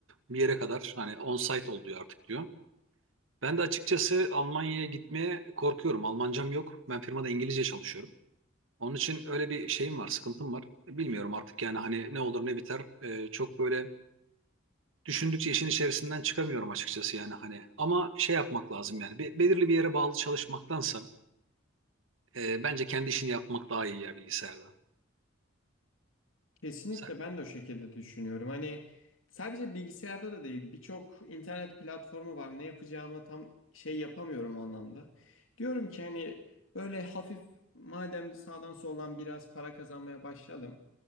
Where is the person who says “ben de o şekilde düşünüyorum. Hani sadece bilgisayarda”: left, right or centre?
Left